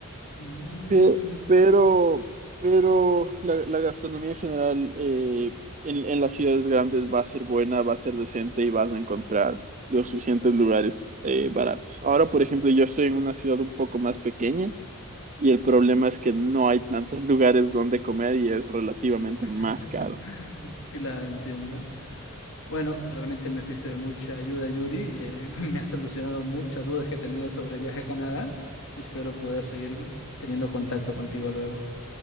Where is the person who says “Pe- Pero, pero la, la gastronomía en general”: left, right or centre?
Right